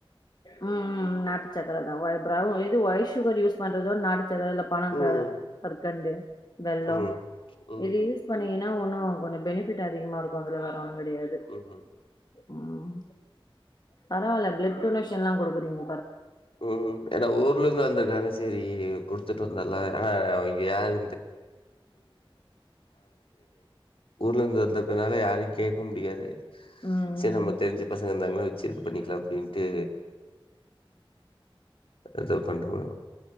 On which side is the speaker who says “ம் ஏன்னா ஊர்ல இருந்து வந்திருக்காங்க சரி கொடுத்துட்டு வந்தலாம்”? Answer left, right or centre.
Left